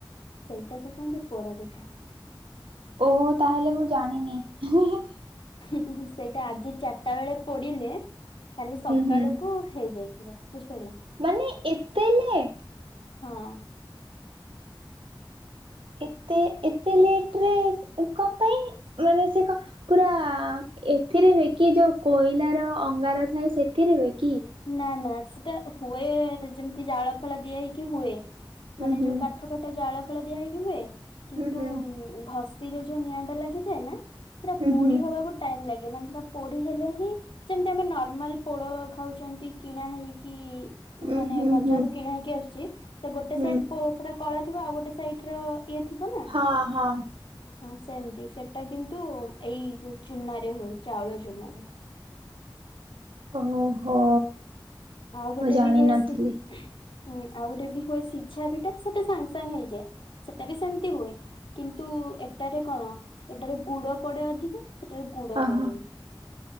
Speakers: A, on the left; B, on the right.
A: ସେଇଟାକୁ କୁହନ୍ତି। ପୋଡପିଠା।
B: ଓହ ତାହେଲେ ମୁଁ ଜାଣିନି, ହିଁ- ହିଁ
A: ଉଁ -ଉଁ ସେଇଟା ଆଜି ଚାରିଟା ବେଳେ ପୋଡିଲେ। କାଲି ସକାଳକୁ
B: ହୁଁ
A: ହେଇଯାଇଥିବ ବୁଝିପାରିଲ।
B: ମାନେ ଏତେ ଲେଟ୍।
A: ହଁ।
B: ଏତେ ଏତେ ଲେଟ୍ ରେ କଣ ପାଇଁ ମାନେ ସେ କ ପୁରା ଏଥିରେ ହୁଏ କି ଯୋଉଁ କୋଇଲାର ଅଙ୍ଗାର ଥାଏ ସେଥିରେ ହୁଏ କି?
A: ନାଁ ନାଁ ସେଟା ହୁଏ ଯେମିତି ଜାଳ ଫାଳ ଦିଆ ହେଇକି ହୁଏ
B: ହୁଁ
A: ମାନେ
B: ହୁଁ
A: ଯୋଉଁ କା କାଠ ଫାଟ ଜାଳ ଫାଳ ଦିଆ ହେଇକି ହୁଏ କିନ୍ତୁ
B: ହୁଁ
A: ଘଷି ରେ ଯୋଉଁ ନିଆଁ ଟା ଲାଗିଥାଏ ନାଁ। ସେଟା
B: ହୁଁ
A: ପୋଡି
B: ହୁଁ
A: ହବାକୁ ଟାଇମ୍ ଲାଗେ ମାନେ ସେଟା ପୋଡି ହେଲେ ହିଁ ଯେମ୍ତି ଆମେ ନର୍ମାଲ ପୋଡ ଖାଉ ଛନ୍ତି କିଣା ହେଇକି
B: ହୁଁ ଉଁ
A: ମାନେ
B: ହୁଁ
A: ବଜାରୁ
B: ହୁଁ
A: କିଣା ହେଇକି ଆସୁଛି ତ ଗୋଟେ
B: ହୁଁ
A: ସାଇଡ୍ ପୁ ପୁରା କଳା ଥିବ ଆଉ ଗୋଟେ ସାଇଟ୍ ର ଇଏ ଥିବ ନାଁ?
B: ହଁ -ହଁ।
A: ହଁ ସେମ୍ ତି ସେଟା କିନ୍ତୁ ଏଇ ଯୋଉ ଚୁନା ରେ ହୁଏ ଚାଉଳ ଚୁନା ରେ।
B: ଓହୋ।
A: ଆଉ ଗୋଟେ
B: ମୁଁ ଜାଣିନଥିଲି
A: ବି ହୁଏ ସେ ହଁ ଆଉ ଗୋଟେ ବି ହୁଏ ସିଝା ପିଠା, ସେଟା ସାଙ୍ଗ୍ ସାଙ୍ଗ୍ ହେଇଯାଏ। ସେଟା ବି ସେମତି ହୁଏ। କିନ୍ତୁ ଏଟାରେ କଣ? ଏଟାରେ ଗୁଡ ପଡେ ଅଧିକ ସେଟାରେ ଗୁଡ
B: ଓହୋ
A: ପଡେନି।